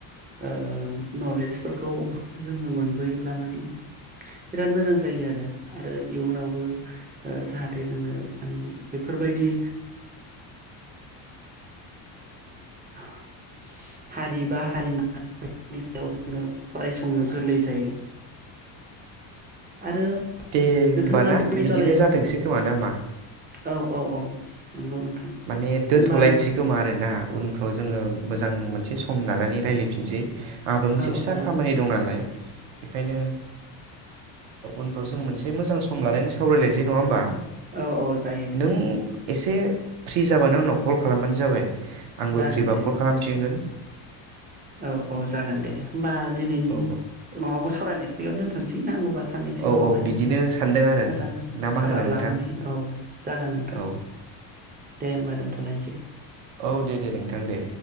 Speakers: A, on the right (about 20°); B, on the right (about 70°).
A: ओ नलेजफोरखौ जोंङो मोनबोयोब्ला माने बिराद मोजां जायो आरो आरो इयुनावबो ओ जाहाथे जोंङो मानि बेफोरबायदि <unintelligible> हारि बा हारिमु बेफोरनि सायाव जोंङो फरायसंनो गोरलै जायो। आरो
B: दे होमबाना
A: नोंथाङा बे मेघालयानि
B: बिदिनो जाथोंसै खोमा ना मा?
A: औ औ औ नंगौ नोंथां
B: माने
A: होमबा
B: दोनथ'लायनोसै खोमा आरोना उनफ्राव जोंङो मोजां मोनसे सम लानानै रायज्लायफिनसै आंहाबो मोनसे
A: औ
B: फिसा
A: औ
B: खामानि दं नालाय बेखायनो उनफ्राव जोंङो मोनसे मोजां सम लानानै सावरायलायसै नङा होमबा?
A: औ औ जायो नोंथां
B: नों एसे फ्रि जाबानो आंनाव कल खालामबानो जाबाय। आंबो
A: जागोन
B: फ्रिबा
A: दे
B: कल खालाफिनगोन।
A: औ औ जागोन दे। होमबा दिनैनि
B: औ
A: माबाखौ सावरायनायखौ बेयाव दोनथ'नोसै नांगौबा साननैसो
B: औ
A: उनावहाय
B: औ बिदिनो
A: जोंङो
B: सानदों आरो
A: मोजां
B: ना मा
A: कालार
B: होनो नोंथां
A: लानानै औ जागोन नोंथां।
B: औ
A: दे होमबा दोनथ'लायनोसै।
B: औ दे दे नोंथां दे।